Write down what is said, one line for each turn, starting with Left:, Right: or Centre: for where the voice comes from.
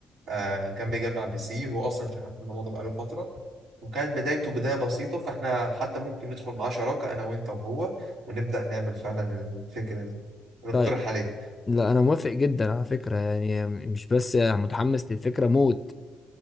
Right: آه كان بيجمع بي سي هو اصلا شغال في الموضوع ده بقاله فتره وكانت بدايته بدايه بسيطه فاحنا حتى ممكن ندخل معاه شراكه انا وانت وهو ونبدا نعمل فعلا الفكره دي ونقترح
Left: طيب
Right: عليه
Left: لا أنا موافق جدا على فكرة يعني مش بس متحمس للفكرة موت